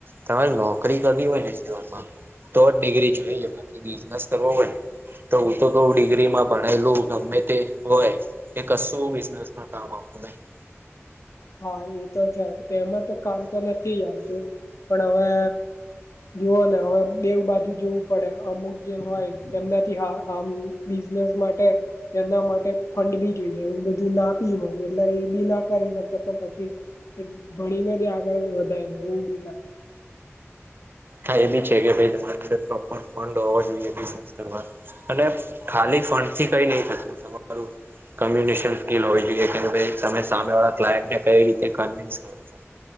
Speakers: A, on the right (about 45°); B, on the left (about 85°).
A: તમારે નોકરી કરવી હોય ને જીવનમાં તો જ ડિગ્રી જોઈએ. બાકી બિઝનેસ કરવો હોય ન, તો હું તો ડિગ્રીમાં ભણાએલું ગમે તે હોય, એ કશું બિઝનેસમાં કામ આવતું નહીં.
B: હા, એ તો છે જ. કે એમાં તો કામ તો નથી જ આવતું. પણ હવે જુઓને હવે બેવ બાજુ જોવું પડે. અમુક જે હોય એમનાથી હા, આમ બિઝનેસ માટે એના માટે ફંડ બી જોઈએ, એવું બધું ના બી હોય, એમ. એટલે એ બી ના કરી શકે, તો પછી એ ભણીને જ આગળ વધાય, ને એવું બી થાય.
A: હા, એ બી છે, કે ભઈ તમારી માસે પ્રોપર ફંડ હોવો જોઈએ બિઝનેસ કરવા. અને ખાલી ફંડ થી કંઈ નહીં થતું. તમારું કમ્યુનિશન સ્કીલ હોવી જોઈ, કે તમે સામેવાળા ક્લાયન્ટને કઈ રીતે કનવીન્સ કરો છો.